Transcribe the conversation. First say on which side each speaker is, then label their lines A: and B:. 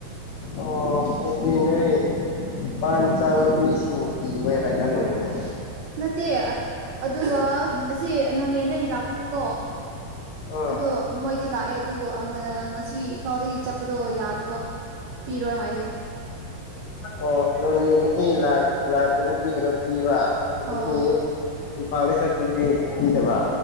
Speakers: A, on the left; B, on the right.
A: ꯑꯣ ꯑꯩꯗꯤ ꯅꯣꯏ ꯄꯥꯟ ꯆꯥꯕ ꯃꯤꯁꯤꯡꯕꯨ ꯀꯤꯕꯩꯔ ꯈꯜꯂꯨꯔꯦꯅꯦ
B: ꯅꯠꯇꯦ ꯑꯗꯨꯒ ꯑꯁꯤ ꯅꯣꯅꯦꯗ ꯑꯩ ꯂꯥꯛꯄꯗꯤꯀꯣ
A: ꯑ
B: ꯑꯗꯣ ꯃꯣꯏꯗꯤ ꯂꯥꯛꯑꯦ ꯑꯗꯨꯕꯨ ꯉꯁꯤ ꯏꯝꯐꯥꯜꯗꯒꯤ ꯆꯠꯄꯗꯣ ꯌꯥꯗꯕ ꯄꯤꯔꯣꯏ ꯍꯥꯏꯌꯦ
A: ꯑꯣ ꯂꯣꯅꯦꯗꯒꯤ ꯂꯥꯛꯄꯗꯨꯗꯤ ꯀꯩꯅꯣ ꯄꯤꯕ ꯑꯗꯨꯗꯤ
B: ꯑꯣ
A: ꯏꯝꯐꯥꯜꯗꯩꯩ ꯆꯠꯄꯗꯤ ꯄꯤꯗꯕ